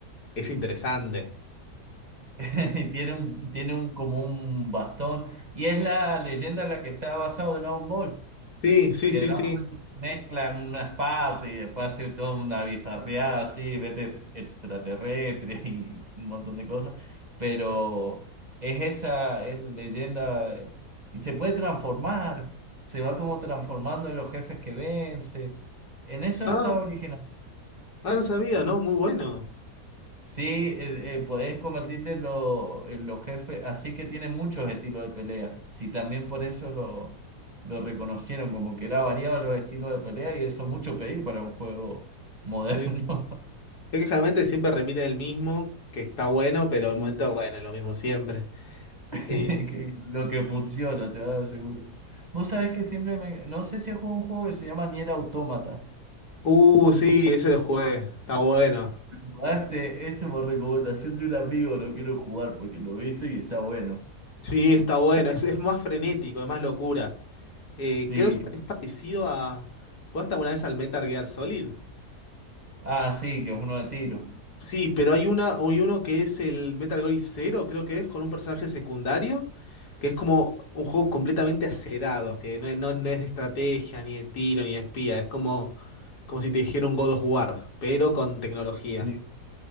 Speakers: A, on the left; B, on the right.
A: es interesante.
B: Tiene un, tiene un, como un bastón. Y es la leyenda en la que está basado en Dragon Ball.
A: Sí, sí,
B: Que
A: sí,
B: Dragon
A: sí.
B: mezcla unas partes y después hace toda una bizarreada así, vete extraterrestre <laughs> y un montón de cosas. Pero es esa es leyenda. eh, Y se puede transformar. Se va como transformando en los jefes que vence. En eso
A: Ah,
B: está original.
A: ah, no sabía, no, muy bueno.
B: Sí, eh, eh, podés convertirte en, lo- en los jefes, así que tiene muchos estilos de pelea. Sí, también por eso lo, lo reconocieron, como que era variado los estilos de pelea y eso es mucho pedir para un juego moderno,
A: Sí.
B: <laughs>
A: Es que generalmente siempre repiten el mismo, que está bueno, pero el momento,
B: Mm.
A: bueno, es lo mismo siempre.
B: <laughs> que-
A: Eh,
B: lo que funciona, te lo seguro. Vos sabés que siempre me... No sé si he jugado un juego que se llama Nier Automata.
A: uh, sí, ese lo jugué, está bueno.
B: Jugaste eso por recomendación de un amigo, lo quiero jugar porque lo he visto y está bueno.
A: Sí, está bueno, es, es más frenético, es más locura. Eh,
B: Sí.
A: creo que es es parecido a... ¿Jugaste alguna vez al Metal Gear Solid?
B: Ah, sí, que es uno de tiro.
A: Sí, pero hay una, hay uno que es el Metal Gear Zero, creo que es, con un personaje secundario, que es como un juego completamente acerado, que no, es- no, no es de estrategia, ni de tiro, ni de espía, es como, como si te dijera un God of War, pero con tecnología.
B: Sí,